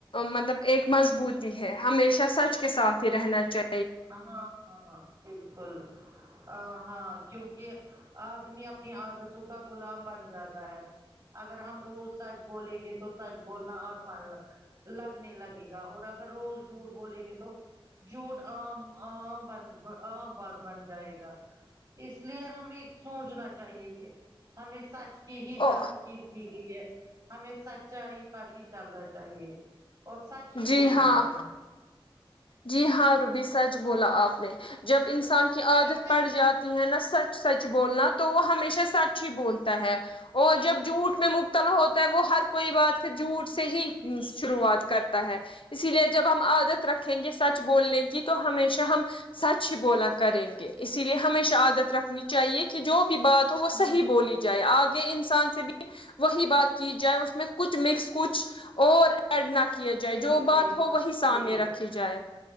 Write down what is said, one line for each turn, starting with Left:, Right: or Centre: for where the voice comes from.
Left: مطلب ایک مضبوطی ہے ہمیشہ سچ کے ساتھ ہی رہنا چاہیے
Right: ہاں ہاں بالکل ا ہاں کیونکہ آدمی اپنی عادتوں کا غلام بن جاتا ہے اگر ہم روز سچ بولیں گے تو سچ بولنا آسان لگنے لگے گا اور اگر روز جوٹ بولیں گے تو جوٹ عام عام بن عام بات بن جائے گا اس لیے ہمیں سوچنا چاہیے کہ ہمیں سچ کی ہی
Left: او
Right: تلقین کی ہوئی ہے ہمیں سچائی پر ہی چلنا چاہیے اور سچ ہی
Left: جی
Right: بولنا
Left: ہاں
Right: چاہیے
Left: جی ہاں ربی سچ بولا آپ نے جب انسان کی عادت
Right: ویسے
Left: پڑ جات ہے نا سچ سچ بولنا تو وہ ہمیشہ سچ ہی بولتے ہے اور جب جوٹ میں مبتلا ہوتا ہے وہ ہر کوئی بات پ جوٹ سے ہی شروعات کرتا ہے اسی لیے جب ہم عادت رکھیں گے سچ بولنے کی کہ تو ہمیشہ ہم سچ ہی بولا کریں گے اسی لیے ہمیشہ عادت رکھنی چاہیے کہ جو بھی بات ہو وہ
Right: ہوں
Left: صحیح
Right: ہوں
Left: بولی جائے آگے انسان سے بھی وہی بات کی جائے اس میں کچھ مکس کچھ اور ایڈ نہ کیا جائے
Right: صحیح
Left: جو بات
Right: صحیح
Left: ہو وہی سامنے
Right: صحیح بات
Left: رکھی جائے